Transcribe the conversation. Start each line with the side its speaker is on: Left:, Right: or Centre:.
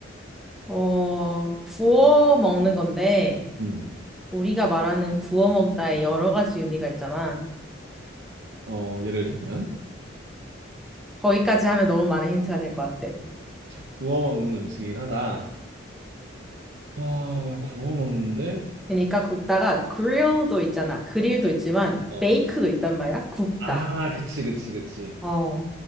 Centre: 어, 구워 먹는 건데,
Right: 음.
Centre: 우리가 말하는 구워 먹다의 여러 가지 의미가 있잖아.
Right: 어 예를 들면
Centre: 거기까지 하면 너무 많은 힌트가 될 것 같아.
Right: 구워 먹는 음식이긴 하다. 아 구워 먹는데.
Centre: 그러니까 굽다가 grill도 있잖아. 그릴도 있지만,
Right: 어.
Centre: bake도 있단 말이야. 굽다.
Right: 아, 그치, 그치, 그치.
Centre: 어,